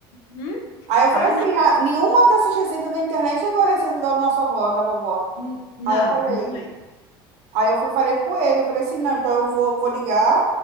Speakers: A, on the left; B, on the right.
A: Hum?
B: Aí eu
A: Ah,
B: falei assim,
A: não,
B: "Ah, nenhuma dessas receitas da internet é igual a receita da nossa avó, da vovó.
A: N- não,
B: Aí eu falei,
A: não é.
B: Aí eu fui, falei com ele, eu falei assim, não, então eu vou, vou ligar,